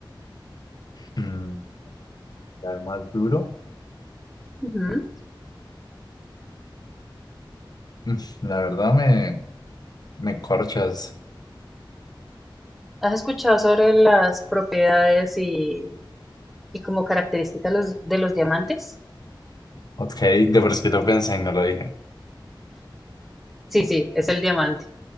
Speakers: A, on the left; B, in the centre.
A: Mm, ¿El más duro?
B: Ujú.
A: Mm, La verdad me, me corchas.
B: ¿Has escuchado sobre las propiedades y Y como característica los, de los diamantes.
A: Ok, de por sí lo pensé y no lo dije.
B: Sí, sí, es el diamante.